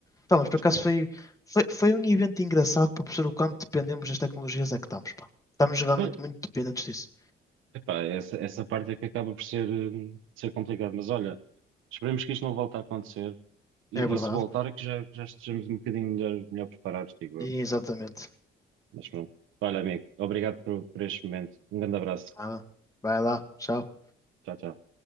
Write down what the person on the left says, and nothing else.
Pá, mas por acaso
foi, foi, foi um evento engraçado para perceber o quanto dependemos das tecnologias é que estamos, pá. Estamos realmente
muito dependentes disso.
É verdade.
E
exatamente.
Nada. Vai lá, tchau.